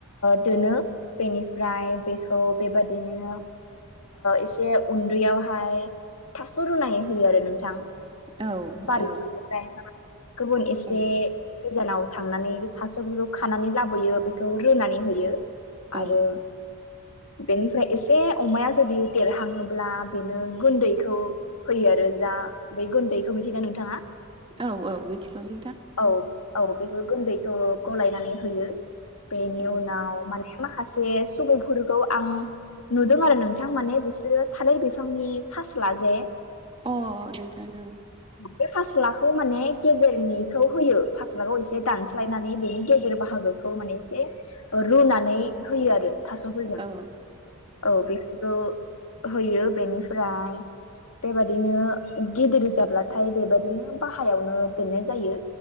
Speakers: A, on the left; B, on the right.
A: दोनो बेनिफ्राय बेखौ बेबादिनो एसे उन्दैयावहाय थास' रुनानै होयो आरो नोंथां।
B: औ
A: बारिफोरनिफ्राय
B: औ
A: गुबुन एसे
B: औ
A: गोजानाव थांनानै थास'फोरखौ खानानै लाबोयो बेखौ रुनानै होयो
B: औ
A: आरो। बेनिफ्राय एसे अमाया जुदि देरहङोब्ला बेनो गुन्दैखौ होयो आरो जा बै गुन्दैखौ मिथिदों नोंथाङा।
B: औ औ मिथिगौ नोंथां।
A: औ औ बेफोर गुन्दैखौ गलायनानै होयो बेनि
B: औ
A: उनाव माने माखासे सुबुंफोरखौ आं नुदों आरो नोंथां माने बिसोरो थालिर बिफांनि फासला जे
B: अ नोंथां ओ
A: बे फासला खौ माने गेजेरनिखौ होयो फासला ख एसे दान दानस्लायनानै बेनि गेजेर बाहागोखौ माने एसे रुनानै होयो आरो। थास'फोरजों
B: औ
A: औ बेफोरखौ होयो बेनिफ्राय बेबादिनो गिदिर जाब्लाथाय बेबायदिनो बाहायावनो दोननाय जायो।